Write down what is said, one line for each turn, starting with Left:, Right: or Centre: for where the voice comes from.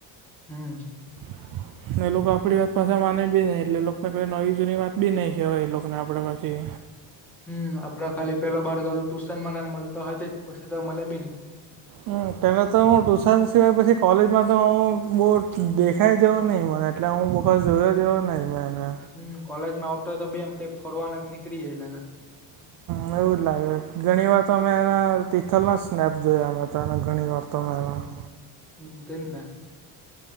Centre: હમ
Right: <inaudible> ને એ લોકો આપડી વાત પાાછા માને બી ની એટલે એ લોકોને કઈ નવી જૂની વાત બી નઈ કેહેવાય એ લોકોને અપડે પાછી
Centre: હમ્મ. આપણા ખાલી પેલો ભાર્ગવ તો ટ્યુશનમાં ને એમ મલતો તે જ પછી તો મલે બી ની.
Right: હમ્મ. તને તો હું ટુશન સિવાય પછી કોલેજમાં તો હું બહુ દેખાઈ જવ નહિં મળે. એટલે હું બો ખાસ જોયો જેવો નઈ મે એને
Centre: હમ્મ. કોલેજ માં આવતો હોય તો બે એમ કંઈ ફરવાને એ નીકળી જાય લાગે
Right: હા એવું જ લાગે. ઘણી વાર તો માં એના તિથલના સ્નેપ જોયા મેં તો ઘણી વાર તો મેં એના <inaudible>
Centre: હમ્મ-હમ્મ તે ને.